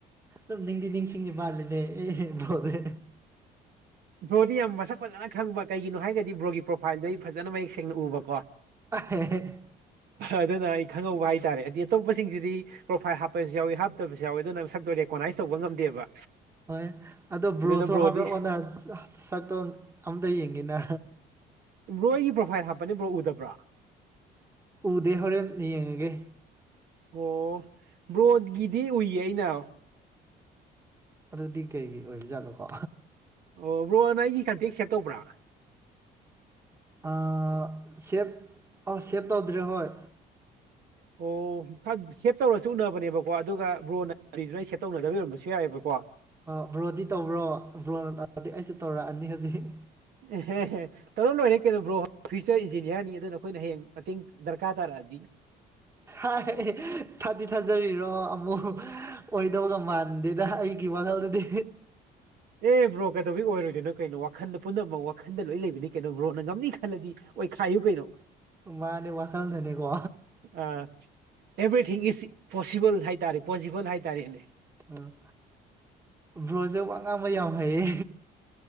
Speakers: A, on the right; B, on the right.
A: ꯑꯗꯨꯝ ꯅꯤꯡꯗꯤ ꯅꯤꯡꯁꯤꯡꯉꯤ ꯃꯥꯜꯂꯤꯅꯦ ꯑꯦ ꯕ꯭ꯔꯣꯖꯦ
B: ꯕ꯭ꯔꯣꯗꯤ ꯌꯥꯝ ꯃꯁꯛ ꯐꯖꯅ ꯈꯪꯕ ꯀꯩꯒꯤꯅꯣ ꯍꯥꯏꯔꯒꯗꯤ ꯕ꯭ꯔꯣꯒꯤ ꯄ꯭ꯔꯣꯐꯥꯏꯜꯗꯣ ꯑꯩ ꯐꯖꯅ ꯃꯌꯦꯛ ꯁꯦꯡꯅ ꯎꯕ ꯀꯣ
A: <inaudible>
B: ꯑꯗꯨꯅ ꯑꯩ ꯈꯪꯍꯧꯕ ꯍꯥꯏꯇꯥꯔꯦ ꯑꯩꯗꯤ ꯑꯇꯣꯞꯄꯁꯤꯡꯁꯤꯗꯤ ꯄ꯭ꯔꯣꯐꯥꯏꯜ ꯍꯥꯞꯄꯁꯨ ꯌꯥꯎꯋꯤ ꯍꯥꯞꯇꯕꯁꯨ ꯌꯥꯎꯋꯤ ꯑꯗꯨꯅ ꯃꯁꯛꯇꯣ ꯔꯦꯀꯣꯅꯥꯏꯁ ꯇꯧꯕ ꯉꯝꯗꯦꯕ
A: ꯍꯣꯏ ꯑꯗꯣ ꯕ꯭ꯔꯣꯁꯨ
B: ꯑꯗꯨꯅ ꯕ꯭ꯔꯣꯗꯤ
A: ꯍꯥꯞꯔꯛꯑꯣꯅ ꯁꯛꯇꯣ ꯑꯝꯇ ꯌꯦꯡꯒꯦꯅ
B: ꯕ꯭ꯔꯣ ꯑꯩꯒꯤ ꯄ꯭ꯔꯣꯐꯥꯏꯜ ꯍꯥꯞꯄꯅꯦ ꯕ꯭ꯔꯣ ꯎꯗꯕ꯭ꯔꯣ
A: ꯎꯗꯦ ꯍꯣꯔꯦꯟ ꯌꯦꯡꯉꯒꯦ
B: ꯑꯣ ꯕ꯭ꯔꯣꯠꯒꯤꯗꯤ ꯎꯏꯌꯦ ꯑꯩꯅ
A: ꯑꯗꯨꯗꯤ ꯀꯩꯒꯤ ꯑꯣꯏꯕꯖꯥꯠꯅꯣꯀꯣ
B: ꯑꯣ ꯕ꯭ꯔꯣꯅ ꯑꯩꯒꯤ ꯀꯟꯇꯦꯛ ꯁꯦꯞ ꯇꯧꯕ꯭ꯔꯥ
A: ꯑꯥ ꯁꯦꯞ ꯑ ꯁꯦꯞ ꯇꯧꯗ꯭ꯔꯦ ꯍꯣꯏ
B: ꯑꯣ ꯐꯠ ꯁꯦꯞ ꯇꯧꯔꯁꯨ ꯎꯅꯕꯅꯦꯕꯀꯣ ꯑꯗꯨꯒ ꯕ꯭ꯔꯣꯅ ꯀꯔꯤꯗꯨꯅ ꯑꯩ ꯁꯦꯞ ꯇꯧꯅꯗꯕꯩ ꯑꯣꯏꯔꯝꯕꯁꯨ ꯌꯥꯏꯑꯕꯀꯣ
A: ꯑ ꯕ꯭ꯔꯣꯗꯤ ꯇꯧꯕ꯭ꯔꯣ ꯕ꯭ꯔꯣꯅ ꯇꯧꯔꯛꯑꯗꯤ ꯑꯩꯁꯨ ꯇꯧꯔꯛꯑꯅꯤ ꯍꯧꯖꯤꯛ
B: ꯑꯦꯍꯦꯍꯦꯠ ꯇꯧꯔ ꯂꯣꯏꯔꯦ ꯀꯩꯅꯣ ꯕ꯭ꯔꯣ ꯐ꯭ꯌꯨꯆ꯭ꯔ ꯏꯟꯖꯤꯅꯤꯌꯥꯔꯅꯤ ꯑꯗꯨꯅ ꯑꯩꯈꯣꯏꯅ ꯍꯌꯦꯡ ꯃꯇꯦꯡ ꯗ꯭ꯔꯀꯥꯔ ꯇꯥꯔꯛꯑꯗꯤ
A: ꯍꯥꯏ ꯊꯥꯗꯤ ꯊꯥꯖꯔꯤꯔꯣ ꯑꯃꯨꯛ ꯑꯣꯏꯗꯧꯒ ꯃꯥꯟꯗꯦꯗ ꯑꯩ ꯒꯤ ꯋꯥꯈꯜꯗꯗꯤ
B: ꯑꯦ ꯕ꯭ꯔꯣ ꯀꯩꯗꯧꯕꯩ ꯑꯣꯏꯔꯣꯏꯗꯣꯏꯅꯣ ꯀꯩꯅꯣ ꯋꯥꯈꯟꯗ ꯄꯨꯅꯃꯛ ꯋꯥꯈꯟꯗ ꯂꯣꯏ ꯂꯩꯕꯅꯤ ꯀꯩꯅꯣ ꯕ꯭ꯔꯣꯅ ꯉꯝꯅꯤ ꯈꯜꯂꯗꯤ ꯑꯣꯏꯈꯥꯏꯌꯨ ꯀꯩꯩꯅꯣ
A: ꯃꯥꯅꯦ ꯋꯥꯈꯜꯗꯅꯦꯀꯣ꯫
B: ꯑꯦꯚ꯭ꯔꯤꯊꯤꯡ ꯏꯁ ꯄꯣꯁꯤꯕꯜ ꯍꯥꯏꯇꯥꯔꯦ ꯄꯣꯁꯤꯕꯜ ꯍꯥꯏꯇꯥꯔꯦꯅꯦ꯫
A: ꯑꯣ ꯕ꯭ꯔꯣꯁꯦ ꯋꯥ ꯉꯥꯡꯕ ꯌꯥꯝ ꯍꯩꯌꯦ꯫